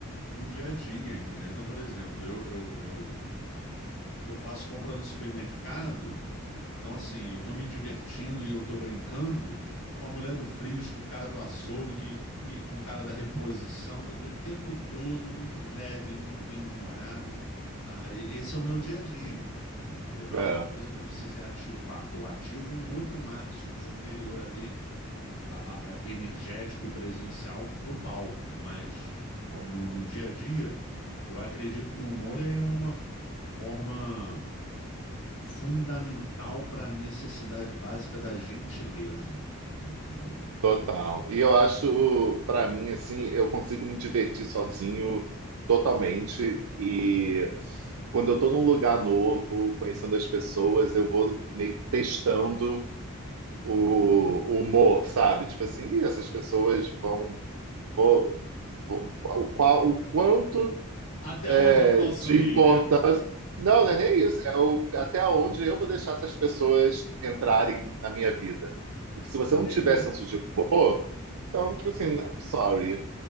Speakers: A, on the left; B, on the right.
A: no dia a dia, entendeu? Então, por exemplo, eu, eu, eu eu faço compra no supermercado, então assim, eu tô me divertindo e eu tô brincando com a mulher do Frisco, o cara do açougue e com o cara da reposição. Eu tô o tempo todo muito leve, muito bem-humorado. Ah, e- esse é o meu dia a dia, entendeu? Não
B: É,
A: é uma coisa que eu precise ativar. Eu ativo um outro Márcio superior ali, a- a- a- energético e presencial pro palco, mas no
B: é,
A: no dia a dia, eu acredito que o humor é uma f- forma fundamental para a necessidade básica da gentileza, entendeu?
B: total. E eu acho, para mim, assim, eu consigo me divertir sozinho totalmente e quando eu tô num lugar novo, conhecendo as pessoas, eu vou meio que testando o, o humor, sabe? Tipo assim, "Ih, essas pessoas vão, vou- vou- o qual, o quanto
A: Até onde
B: é,
A: eu posso
B: de
A: ir,
B: importância.
A: né?
B: Não,
A: <laughs>
B: não é nem isso. É o, até onde eu vou deixar essas pessoas entrarem na minha vida. Porque se você
A: Entendi.
B: não tiver senso de humor, então, tipo assim, sorry.